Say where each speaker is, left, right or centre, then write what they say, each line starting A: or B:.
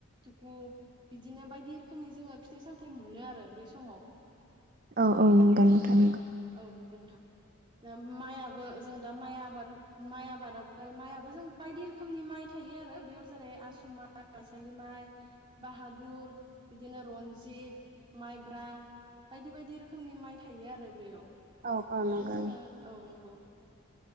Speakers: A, on the right; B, on the right.
A: <unintelligible> बिदिनो बायदि रोखोमनि जोङो फिथाइ सामथाय मोनो आरो बै समाव।
B: औ औ नंगौ नोंथां नंगौ।
A: औ नंगौ औ नोंथां दा माइय ओ जों दा आबाद माइ आबादाबो माइयाबो जों बायदि रोखोमनि माइ थायो आरो बेयाव जेरै आसु माइ माइसालि माइ। <inaudible> बाहादुर बिदिनो रनजित माइब्रा बायदि बायदि रोखोमनि माइ थायो आरो बेयाव।
B: औ औ नंगौ
A: बेखौ जोङो औ नंगौ।